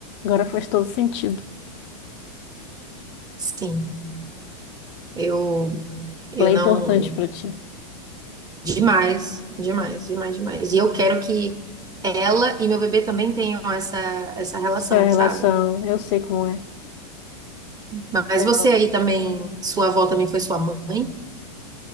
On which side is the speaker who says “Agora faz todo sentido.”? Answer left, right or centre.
Left